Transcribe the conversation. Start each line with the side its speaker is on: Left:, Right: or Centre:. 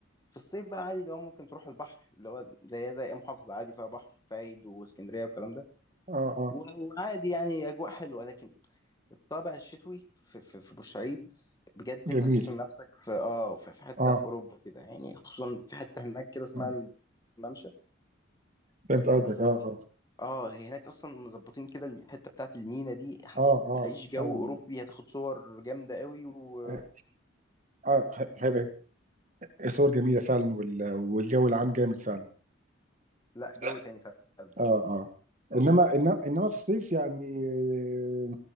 Left: في الصيف بقى عادي اللي هو ممكن تروح البحر اللي هو زي زي أي محافظة عادي فيها بحر فايد واسكندرية والكلام ده
Right: اه اه
Left: و- وعادي يعني أجواء حلوة لكن الطابع الشتوي في, في, في بورسعيد بجد انت
Right: جميل
Left: تحس إن نفسك في اه في في حتة
Right: اه
Left: في أوروبا كده يعني خصوصا في حتة هناك كده اسمها
Right: آه.
Left: الممشى
Right: فهمت قصدك
Left: آه،
Right: اه اه
Left: اه هي هناك اصلا مظبطين كده الحته بتاعت المينا دي هتعيش
Right: اه اه
Left: جو
Right: فعلا
Left: اوروبي هتاخد صور جامده قوي و
Right: آه آه، هيبقى صور جميلة فعلا وال- والجو العام جامد فعلا
Left: لا جو
Right: لا
Left: تاني فعلا
Right: اه اه انما انما انما في الصيف يعني آه،